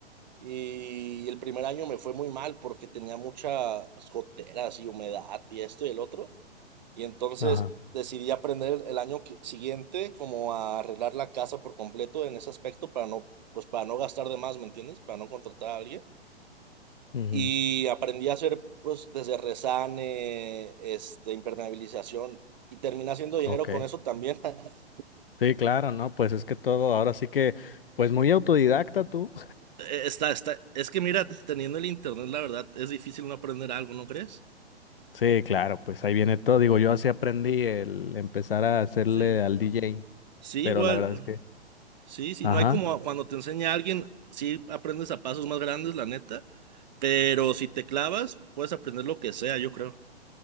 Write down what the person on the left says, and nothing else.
ajá.
ujú,
Ok.
Sí, claro, ¿no? Pues es que todo, ahora sí que, pues muy autodidacta tú.
Sí, claro, pues ahí viene todo. Digo, yo así aprendí el empezar a hacerle
al DJ,
pero
la verdad es que...
Ajá.